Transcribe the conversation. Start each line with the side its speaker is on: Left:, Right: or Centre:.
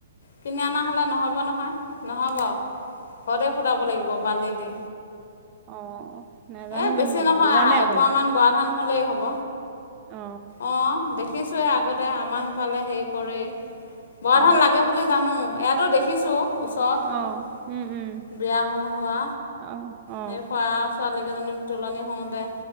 Left: কিনি অনা হ'লে নহ'ব নহয় নহ'ব ঘৰতে ফুটাব লাগিব বালি দি।
Right: অ নেজানো
Left: এই
Right: কিন্তু
Left: বেছি
Right: ফুৰাব,
Left: নহয়
Right: জানে আপুনি?
Left: এপোৱামান বৰা ধান হ'লেই হ'ব
Right: অ।
Left: অঁ দেখিছোঁৱেই আগতে আমাৰ সেইফালে হেৰি কৰেই বৰা
Right: অ
Left: ধান লাগে বুলি জানো অ ইয়াতো দেখিছোঁ। ওচৰত
Right: অ উম উম
Left: বিয়া হোৱা হোৱা
Right: অ অ
Left: সেই কৱা ছোৱালীকেইজনী তুলনি হওঁতে